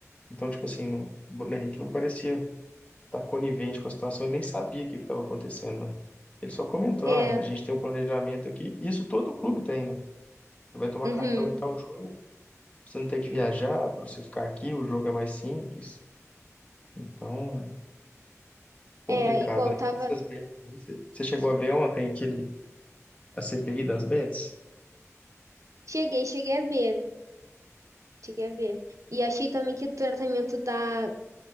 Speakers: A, on the left; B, on the right.
A: Então, tipo assim, não- o Bruno Henrique não parecia tá conivente com a situação, ele nem sabia o que estava acontecendo, né? Ele só comentou,
B: É,
A: ah, a gente tem um planejamento aqui, isso todo clube tem, né? Você vai tomar
B: uhum,
A: cartão em tal jogo, você não tem que viajar para você ficar aqui, o jogo é mais simples. Então, complicado,
B: é igual,
A: né?
B: eu tava.
A: Mas essas bets aí, você você chegou a ver ontem aquele, a CPI das bets?
B: Cheguei, cheguei a ver. Cheguei a ver. E achei também que o tratamento da,